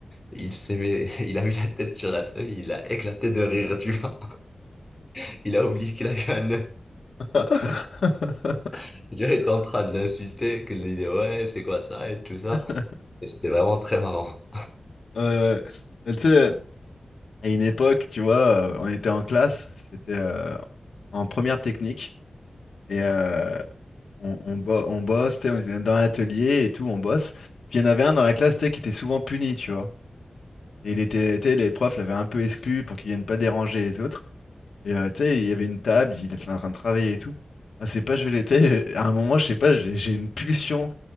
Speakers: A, on the left; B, on the left.
A: il s'est mis- <laughs> il a mis la tête sur la feuille, il a éclaté de rire, tu vois. <laughs> Il a oublié qu'il a eu un 9.
B: Oh là là.
A: Tu vois, il était <laughs> en train de l'insulter, que de lui dire, ouais, c'est quoi ça, et tout ça.
B: <laughs>
A: Et c'était vraiment très marrant.
B: Ouais, ouais. Mais tu sais, à une époque, tu vois, euh, on était en classe, c'était euh, en première technique, et euh, on, on, bo- on bosse, tu sais, on était dans l'atelier et tout, on bosse. Puis il y en avait un dans la classe, tu sais, qui était souvent puni, tu vois. Et il était, tu sais, les profs l'avaient un peu exclu pour qu'il vienne pas déranger les autres. Et euh, tu sais, il y avait une table, il était en train de travailler et tout. Ah, c'est pas, je vais le- tu sais, à un moment, je sais pas, j'ai j'ai une pulsion.